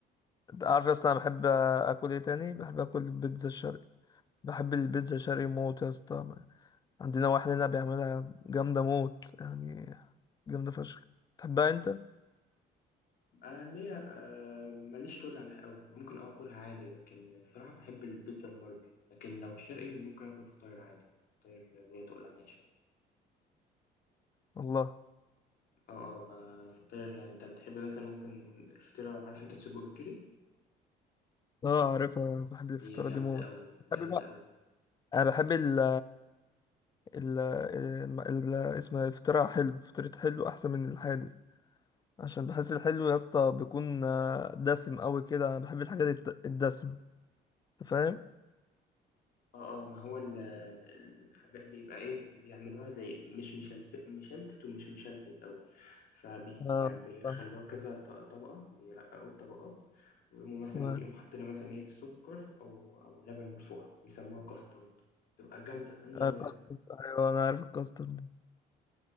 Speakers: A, on the left (about 25°); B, on the left (about 60°).
A: أنت عارف يا اسطى انا بحب اكل ايه تاني بحب اكل البيتزا الشرقي بحب البيتزا الشرقي موت يا اسطى عندنا واحد هنا بيعملها جامده موت يعني جامده فشخ تحبها انت
B: آه ليا آه ماليش طول عليها قوي ممكن اه اكلها عادي لكن الصراحه بحب البيتزا الغربي لكن لو شرقي ممكن اكل فطاير عادي فطاير ليا تقل عليها شويه
A: والله
B: اه اه ب- الفطاير يعني انت بتحب مثلا ممكن الفطيره عارف انت السجق الكيري
A: اه عارفها بحب الفطيرة
B: دي جامده
A: دي موت
B: قوي
A: بحب
B: جامده
A: بقى
B: قوي
A: انا بحب ال ال ال اسمها الفطيرة حلو فطيرة حلو احسن من الحادق عشان بحس الحلو يا اسطى بيكون آه، دسم قوي كده انا بحب الحاجات الت- الدسمة انت فاهم
B: اه اه ما هو ال- الحاجات بيبقى ايه بيعملوها زي مش مشلتت مشلتت ومش مشلتت قوي فبي
A: اه
B: يعني بيخلوها
A: فاهم.
B: كذا ط- طبقة بيرققوا الطبقات ويقوموا مثلا
A: تمام
B: يقوموا حاطين مثلا ايه سكر او او لبن فوق بيسموها كاسترد تبقى جامدة جامدة
A: آه،
B: قوي
A: كاسترد ايوه انا عارف الكاسترد ده